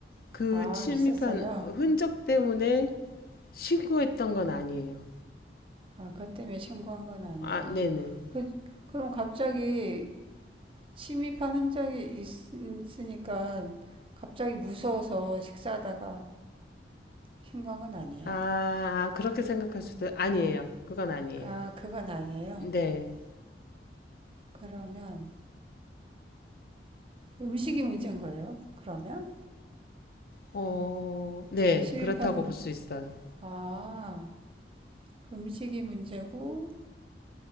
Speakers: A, on the left; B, on the right.
A: 그
B: 아,
A: 침입한
B: 있었어요.
A: 흔적 때문에 신고했던 건 아니에요.
B: 아, 그것 때문에 신고한 건 아니고.
A: 아, 네네.
B: 그, 그럼 갑자기 침입한 흔적이 있- 있으니까 갑자기 무서워서 식사하다가 신고한 건 아니에요?
A: 아, 아, 그렇게 생각할 수도 아니에요. 그건 아니에요.
B: 아, 그건 아니에요.
A: 네.
B: 그러면 음식이 문제인 거예요? 그러면?
A: 어, 네,
B: 침입한,
A: 그렇다고 볼 수 있어요.
B: 아, 음식이 문제고,